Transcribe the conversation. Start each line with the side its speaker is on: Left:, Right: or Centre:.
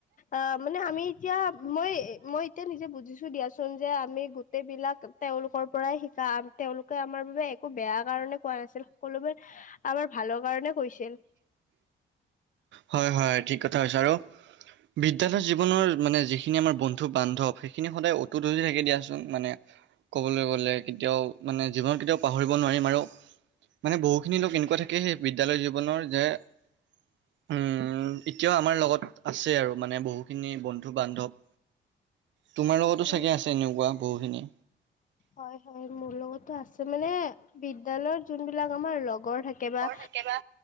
Left: অহ' মানে আমি এতিয়া মই মই এতিয়া নিজে বুজিছো দিয়াচোন যে আমি গোটেইবিলাক তেওঁলোকৰ পৰাই শিকা তেওঁলোকে আমাৰ বাবে একো বেয়া কাৰণে কোৱা নাছিল সকলোৱে আমাৰ ভালৰ কাৰণে কৈছিল।
Right: হয, হয় ঠিক কথা কৈছা আৰু বিদ্যালয়ৰ জীৱনৰ মানে যিখিনি আমাৰ বন্ধু বান্ধৱ সেইখিনি সদায় অতুত হৈয়ে থাকে দিয়াচোন মানে। ক'বলৈ গ'লে। কেতিয়াও মানে জীৱনত কেতিয়াও পাহৰিব নোৱাৰিম আৰু মানে বহুখিনি লোক এনেকুৱা থাকে সেই বিদ্যালয় জীৱনৰ যে উম, এতিয়াও আমাৰ লগত আছে আৰু মানে বহুখিনি বন্ধু-বান্ধৱ। তোমাৰ লগতো
Left: উম
Right: চাগে আছে এনেকুৱা বহুখিনি।
Left: হয়, হয় মোৰ লগতো আছে মানে বিদ্যালয়ত যোনবিলাক আমাৰ লগৰ থাকে বা
Right: থাকে বা